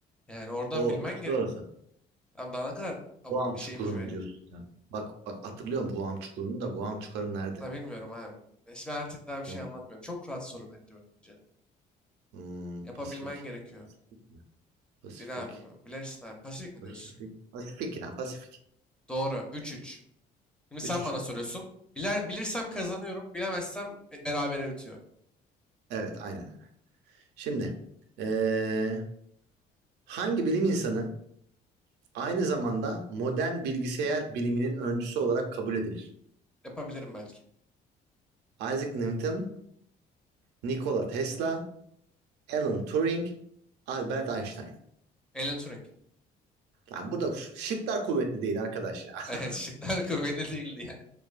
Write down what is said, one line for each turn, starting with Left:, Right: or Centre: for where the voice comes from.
Centre: Yani oradan
Right: O
Centre: bilmen
Right: okyanus
Centre: gerek.
Right: da orası.
Centre: Abi daha ne kadar ap-
Right: Guam Çukuru'nu
Centre: şey ipucu vereyim?
Right: diyorsun sen. Bak, bak hatırlıyorum Guam Çukuru'nu da Guam Çukur'u nerede?
Centre: Ha, bilmiyorum abi. E, Şimdi artık daha bir şey
Right: Hı.
Centre: anlatmıyorum. Çok rahat soru bence bakınca.
Right: Hmm,
Centre: Yapabilmen
Right: Pasifik.
Centre: gerekiyor.
Right: Pasifik mi? Pasifik.
Centre: Bil abi. Bilirsin abi. Pasifik mi
Right: Pasifik.
Centre: diyorsun?
Right: Pasifik ya Pasifik.
Centre: Doğru. 3-3. Şimdi sen
Right: Üç üç.
Centre: bana soruyorsun. Biler, bilirsem kazanıyorum. Bilemezsem e, berabere bitiyor.
Right: Evet aynen öyle. Şimdi eee, hangi bilim insanı aynı zamanda modern bilgisayar biliminin öncüsü olarak kabul edilir?
Centre: Yapabilirim belki.
Right: Isaac Newton, Nikola Tesla, Alan Turing, Albert Einstein.
Centre: Alan Turing.
Right: Lan burada ş- şıklar kuvvetli değil arkadaş ya.
Centre: Evet
Right: <laughs>
Centre: şıklar <laughs> kuvvetli değildi